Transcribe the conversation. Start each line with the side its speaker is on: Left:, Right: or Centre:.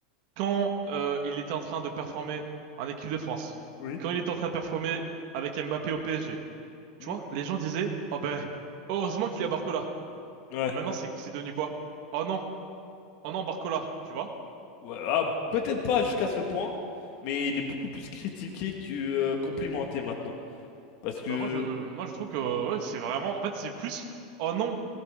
Right: quand euh, il était en train de performer en équipe de France,
Left: Oui.
Right: quand il était en train de performer avec Mbappé au PSG, tu
Left: Hmm
Right: vois, les gens disaient, oh ben, heureusement qu'il y a Barcola.
Left: Ouais.
Right: Maintenant, c'est c'est devenu quoi? Oh non, oh non, Barcola, tu vois?
Left: Ouais, ah, peut-être pas jusqu'à ce point, mais il est beaucoup plus critiqué que euh, complimenté maintenant. Parce que...
Right: Ben moi, je, moi, je trouve que ouais, c'est vraiment, en fait, c'est plus, oh non,